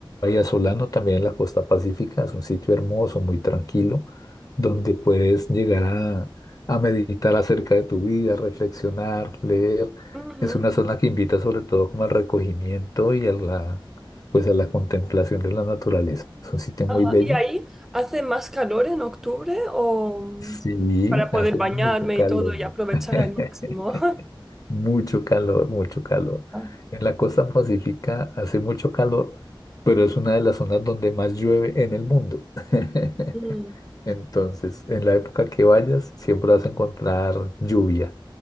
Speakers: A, on the left; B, in the centre.
A: Solano también en la costa pacífica, es un sitio hermoso, muy tranquilo, donde puedes llegar a, a meditar acerca de tu vida, reflexionar, leer.
B: ujú.
A: Es una zona que invita sobre todo como al recogimiento y a la, pues a la contemplación de la naturaleza. Es un sitio
B: Ajá.
A: muy bello.
B: ¿Y ahí hace más calor en octubre o mm,
A: Sí,
B: para poder
A: Hace
B: bañarme
A: mucho calor,
B: y todo y
A: ¿no?
B: aprovechar
A: <laughs>
B: al máximo? <laughs>
A: Mucho calor, mucho calor.
B: Ah,
A: En la costa pacífica hace mucho calor, pero es una de las zonas donde más llueve en el mundo. <laughs>
B: mm,
A: Entonces, en la época que vayas, siempre vas a encontrar lluvia,